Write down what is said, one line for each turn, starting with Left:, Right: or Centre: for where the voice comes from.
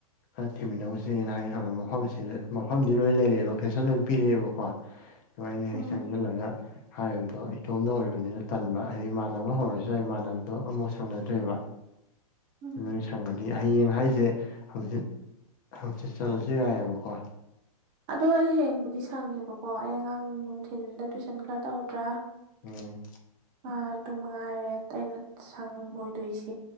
Left: ꯈꯔ ꯊꯤꯃꯤꯟꯅꯁꯤꯅꯦꯅ ꯍꯥꯏꯦ ꯁꯥꯟꯅ ꯃꯐꯝꯁꯤꯗ ꯃꯐꯝꯗꯤ ꯂꯣꯏꯅ ꯂꯩꯔꯦ ꯂꯣꯀꯦꯟꯣꯏ ꯄꯤꯔꯛꯑꯦꯕꯀꯣ ꯁꯃꯥꯏꯅ
Right: ꯎꯝ
Left: ꯍꯦꯛ ꯆꯪꯁꯤꯜꯂꯒ ꯍꯥꯏꯕꯗꯣ ꯑꯗꯣꯝꯅ ꯑꯣꯏꯕꯅꯤꯅ ꯇꯟꯕ ꯍꯥꯏꯗꯤ ꯏꯃꯥꯟꯅꯕ ꯍꯧꯔꯁꯨ ꯌꯥꯏ ꯏꯃꯥꯟꯅꯕꯗꯣ ꯑꯃꯨꯛ ꯁꯪꯅꯗ꯭ꯔꯦꯕ
Right: ꯎꯝ
Left: ꯂꯣꯏ ꯁꯪꯒꯅꯤ ꯍꯌꯦꯡ ꯍꯥꯏꯁꯦ ꯍꯧꯖꯤꯛ ꯍꯪꯆꯤꯠ ꯆꯠꯂꯁꯨ ꯌꯥꯏꯑꯕꯀꯣ꯫
Right: ꯑꯗꯣ ꯑꯩ ꯍꯌꯦꯡꯕꯨꯗꯤ ꯁꯪꯉꯦꯕꯀꯣ ꯑꯩ ꯑꯉꯥꯡ ꯅꯨꯡꯊꯤꯟꯗ ꯇꯨꯏꯁꯟ ꯈꯔ ꯇꯧꯗ꯭ꯔꯥ꯫
Left: ꯎꯝ꯫
Right: ꯑꯥ ꯑꯗꯨ ꯃꯉꯥꯏꯔꯦ ꯑꯩꯅ ꯁꯪ ꯂꯣꯏꯗꯣꯏꯁꯤ꯫